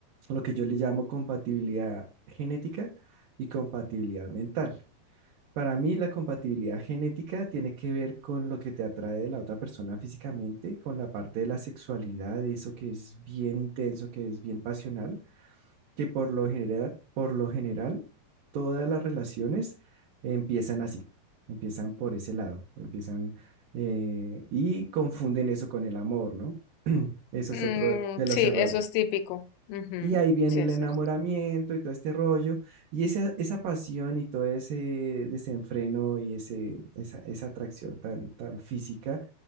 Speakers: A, on the right; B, on the left.
A: lo que yo le llamo compatibilidad genética y compatibilidad mental. Para mí, la compatibilidad genética tiene que ver con lo que te atrae de la otra persona físicamente, con la parte de la sexualidad, eso que es bien intenso, que es bien pasional, que por lo general, por lo general, todas las relaciones empiezan así, empiezan por ese lado, empiezan eh, y confunden eso con el amor, ¿no? <clears throat> Eso
B: Mm,
A: es otro de de los
B: sí,
A: errores.
B: eso es típico. Ujú,
A: Y ahí viene
B: sí, es
A: el enamoramiento
B: cierto.
A: y todo este rollo, y esa, esa pasión y todo ese desenfreno y ese, esa, esa atracción tan, tan física,